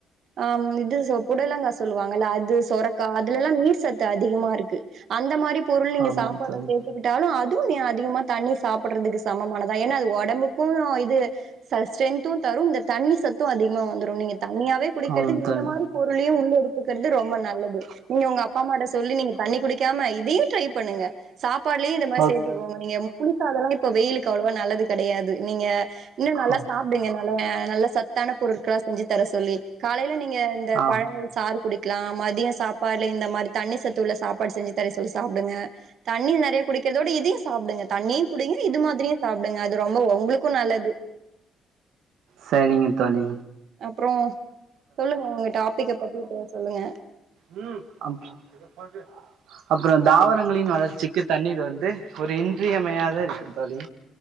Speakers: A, on the right; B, on the right.
A: ஆம் இது சொ புடலங்கா சொல்லுவாங்கல்ல அது சொரக்கா அதுலல்லா நீர் சத்து அதிகமாருக்கு அந்த மாரி பொருள் நீங்க
B: ஆமாம்
A: சாப்பாலஸ்
B: தோழி
A: ஒத்துக்கிட்டாலு அதுவு நீ அதிகமா தண்ணி சாப்பட்றதுக்கு சமமானதா ஏன்னா அது ஒடம்புக்கு ஆ இது சஸ் ஸ்ட்ரென்த்து தரு இந்த தண்ணி சத்து அதிகமா வந்துரு நீங்க தண்ணியாவே குடிக்கெற்து
B: ஆமாம் தோழி
A: இந்த மாரி பொருளையு உள்ள எடுத்துக்குற்து ரொம்ப நல்லது நீங்க உ அப்பாம்மாட்ட சொல்லி நீங்க தண்ணி குடிக்காம இதியு ட்ரை பண்ணுங்க சாப்பாட்லி இந்த மாரி
B: ஓக்
A: சேத் <inaudible> நீங்க புளிசாதல்லா இப்ப வெயிலுக்கு அவ்ளவா நல்லது கெடையாது நீங்க இன்னு நல்லா
B: ஆ
A: சாப் குடுங்க நல்ல நல்லா சத்தான பொருள்க்களா செஞ்சு தர சொல்லி காலையில நீங்க இந்த
B: ஆ
A: பழங்கள் சாறு குடிக்லா மதிய சாப்பாட்ல இந்த மாரி தண்ணி சத்து உள்ள சாப்பாட் செஞ்சி தர சொல்லி சாப்டுங்க தண்ணி நறையா குடிக்கிறதோட இதையு சாப்டுங்க தண்ணியி குடிங்க இது மாதிரியு சாப்டுங்க அது ரொம்பவ் உங்ளுக்கு நல்லது
B: சரிங்க தொழி
A: அப்றோ சொல்லுங்க உங்க டாபிக்க பத்தி பேர் சொல்லுங்க
B: உம் <unintelligible> அப்பறான் தாவாரங்களின் வளர்ச்சிக்கி தண்ணீர் வந்து ஒரு இன்றியமையாதாருக்கு தோழி